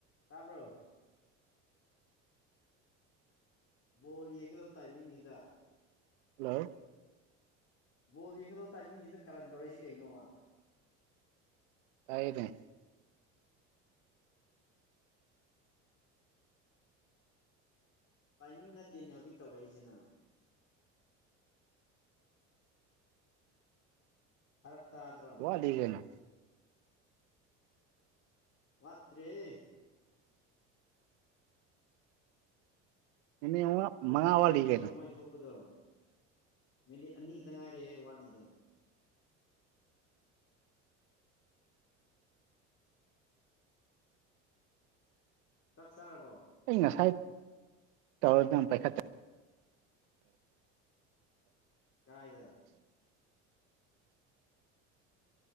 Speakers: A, on the left; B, on the right.
A: ꯇꯥꯕ꯭ꯔꯣ ꯕꯣꯜ ꯌꯦꯡꯒꯗꯧꯕ ꯇꯥꯏꯃꯤꯡꯁꯤꯗ
B: ꯍꯜꯂꯣ
A: ꯕꯣꯜ ꯌꯦꯡꯒꯗꯕ ꯇꯥꯏꯃꯤꯡꯁꯤꯗ ꯀꯥꯔꯟ ꯇꯧꯔꯛꯏꯁꯤ ꯀꯩꯅꯣꯕ
B: ꯇꯥꯏꯌ‌ꯦꯅ‌ꯦ
A: ꯇꯥꯏꯃꯤꯡ ꯅꯠꯇꯦꯅꯦ ꯍꯧꯖꯤꯛ ꯇꯧꯔꯛꯏꯁꯤ ꯅ ꯐꯔꯛ ꯇꯥꯗ꯭ꯔꯣ
B: <unintelligible>
A: ꯋꯥꯠꯇ꯭ꯔꯦꯍꯦ
B: <unintelligible>
A: ꯇ꯭ꯋꯦꯟꯇꯤ ꯇꯨꯗ
B: ꯋꯥꯠꯂꯤ
A: ꯅꯠꯇ꯭ꯔꯣ
B: ꯀꯩꯅꯣ
A: ꯃꯣꯏ ꯊꯣꯛꯄꯗꯣ ꯃꯤꯅꯤꯠ ꯑꯅꯤ ꯈꯛꯇ ꯉꯥꯏꯔꯦꯍꯦ ꯋꯥꯠꯂꯤꯗꯣ ꯆꯥꯛ ꯆꯥꯔꯕꯣ
B: ꯑꯩ ꯉꯁꯥꯏ ꯇꯧꯔꯅꯪ ꯄꯥꯏꯈꯠꯇꯦ
A: ꯀꯥꯏꯗ